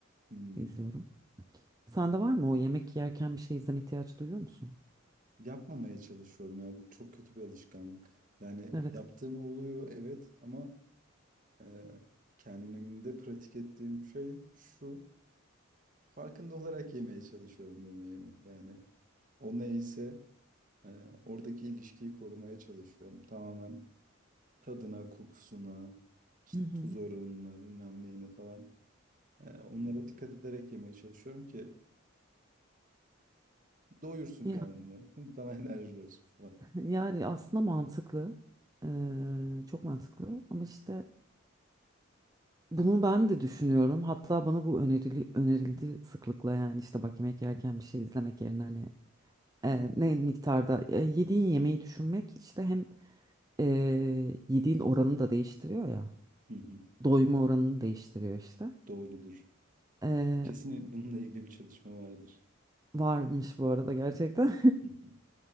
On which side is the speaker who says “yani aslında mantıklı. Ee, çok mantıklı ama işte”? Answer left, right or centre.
Right